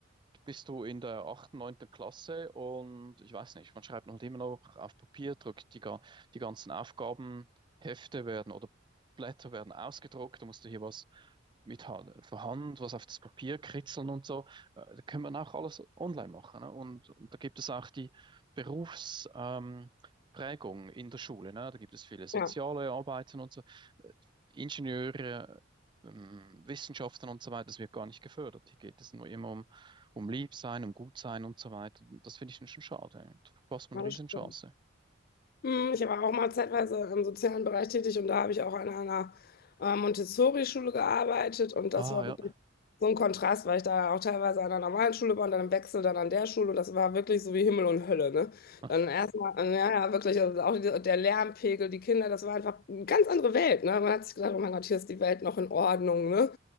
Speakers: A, on the right; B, on the left.
A: bist du in der achten, neunten Klasse und ich weiß nicht, man schreibt halt immer noch auf Papier, drückt die, ga- die ganzen Aufgabenhefte werden oder Blätter werden ausgedruckt, da musst du hier was mit Hand, von Hand, was auf das Papier kritzeln und so. Äh, Da kann man auch alles online machen. Ne? Und, und da gibt es auch die Berufs, ähm, Prägung in der Schule. Ne? Da gibt es viele soziale
B: Ja,
A: Arbeiten und so. Äh, Ingenieure, ähm, Wissenschaften und so weiter, das wird gar nicht gefördert. Hier geht es nur immer um um lieb sein, um gut sein und so weiter. Das finde ich dann schon schade. Da verpasst man
B: ja,
A: eine
B: das
A: Riesenchance.
B: stimmt. Hm, Ich war auch mal zeitweise im sozialen Bereich tätig und da habe ich auch an einer äh, Montessori-Schule gearbeitet und
A: Ah,
B: das war
A: ja.
B: wirklich so ein Kontrast, weil ich da auch teilweise an einer normalen Schule war und dann im Wechsel dann an der Schule und das war wirklich so wie Himmel und Hölle, ne?
A: <laughs>
B: Dann erstmal, äh, ja, ja, wirklich, also auch die, der Lärmpegel, die Kinder, das war einfach eine ganz andere Welt, ne? Man hat sich gedacht, oh mein Gott, hier ist die Welt noch in Ordnung, ne?